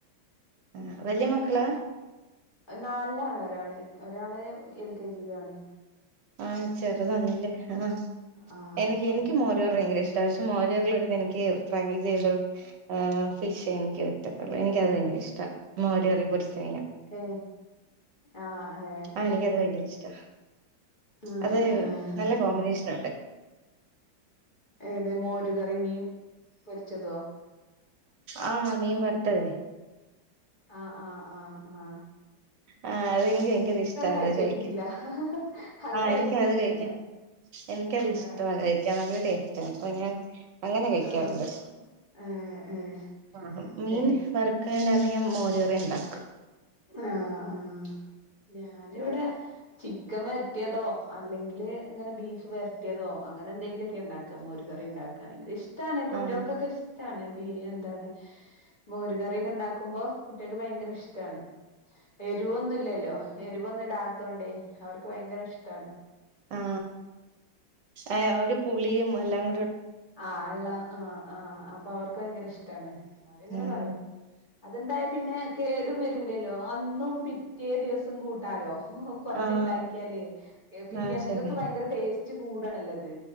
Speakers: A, on the right; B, on the left.
A: അ വലിയ മക്കളാ
B: നാൽലാണ്ഒരാള് ഒരാള് എൽ കെ ജി യിലും ആണ്
A: ആ ചെറുതാണില്ലേ ആ
B: ആ
A: എനിക്ക്
B: ആ
A: എനിക്കുമോര് കറി ഭയങ്കര ഇഷ്ട അ പക്ഷെ മോരുകറിള്ളപ്പോൾ എനിക്ക് ഫ്രൈ ചെയ്ത ഫിഷ് എനിക്ക് പറ്റത്തുള്ളൂ എനിക്കത് ഭയങ്കര ഇഷ്ടം മോരികറിയും പൊരിച്ചമീനും
B: എ ആ ആ
A: ആഹ്
B: ഏ
A: എനിക്കത് ഭയങ്കര ഇഷ്ടാ
B: അ
A: അത്
B: അ
A: നല്ല
B: എ
A: കോമ്പിനേഷൻ ഉണ്ട്
B: ഏത് മോര കറി മീൻ പൊരിച്ചതോ
A: അ ആ മീൻ വർത്തത്
B: ആ ആ ആ ആ
A: ആ അതെനിക്ക് ഭയങ്കര ഇഷ്ട്ട
B: കഴിച്ചു
A: അത്
B: നോക്കിട്ടില്ല
A: കഴിക്കാൻ
B: അങ്ങനെ
A: ആ
B: കഴിച്ചു
A: എനിക്കത്
B: നോക്കിട്ടില്ല
A: കഴിക്കാൻ എനിക്കത്ഷ്ട്ട
B: ഏഹ്
A: കഴിക്കാൻ നല്ല ടേസ്റ്റ് അപ്പ ഞാൻ അങ്ങനെ കഴിക്കാറുണ്ട്
B: ആഹ് ഏഹ് ഏഹ്
A: ആ മീൻ
B: ഏഹ്
A: വർക്ക്ണ്ടെന്ന് ഞാൻമോര് റെ ഉണ്ടാക്ക്
B: ആ ആ ഞാനിവിടെ ചിക്കൻ വരട്ടിയതോ അല്ലെങ്കില് ഇങ്ങനെ ബീഫ് വരട്ടിയതോ അങ്ങനെ എന്തെങ്കിലുമൊക്കെ ഉണ്ടാക്ക മോര കറി ണ്ടാക്കുകയാണെങ്കിൽ ഇഷ് ഇഷ്ട്ടാണ് കുട്ടികൾക്കൊക്കെ
A: ആഹ്
B: ഇഷ്ടാണ് ബി എന്താണ് മോര് കറിയൊക്കെ ഉണ്ടാക്കുമ്പോ കുട്ടികൾക്ക് ഭയങ്കര ഇഷ്ടമാണ് എരിവൊന്നുംല്ലല്ലോ എരിവൊന്നും ഇടാത്തോണ്ടേ അവർക്ക് ഭയങ്കര ഇഷ്ടാണ്
A: ആ എ ഒരു പുളിയും മല്ലാം
B: ആ ഉള്ള ആ ആ അപ്പൊ അവർ ഇക്ക് ഭയങ്ക ഇഷ് ഇഷ്ട്ടാണ് അവരങ്ങനെ
A: ആഹ്
B: പറയും അത് ണ്ടായാൽ പിന്നെ കേടും വരൂല്ലല്ലോ അന്നും പിറ്റേ ദിവസം കൂട്ടാലോ കൊറച്ചുണ്ടാക്കിയാലേ
A: ആഹ്
B: പിറ്റേന്നൊക്കൊക്കെ
A: ആഹ് ശരി
B: ഭയങ്കര ടേസ്റ്റ് റ്റ് കൂടാണല്ലോ അത്